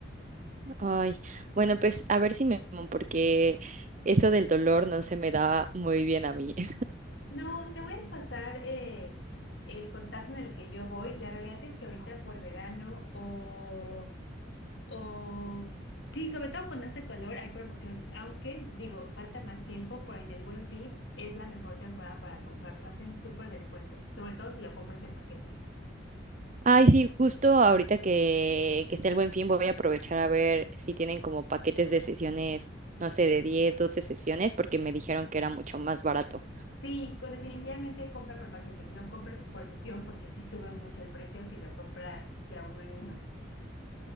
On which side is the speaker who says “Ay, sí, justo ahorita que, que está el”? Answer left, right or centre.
Right